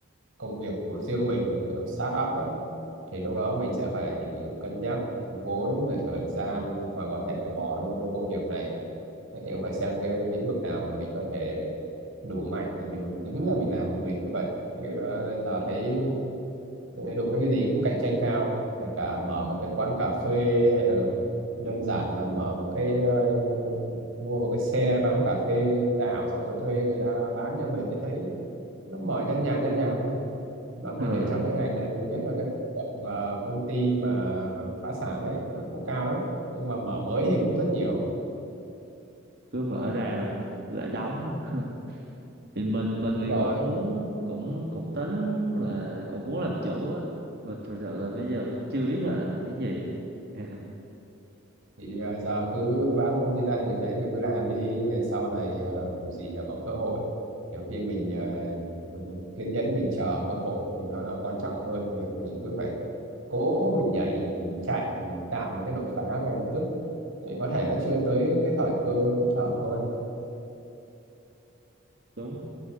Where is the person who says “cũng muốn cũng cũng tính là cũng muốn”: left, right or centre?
Right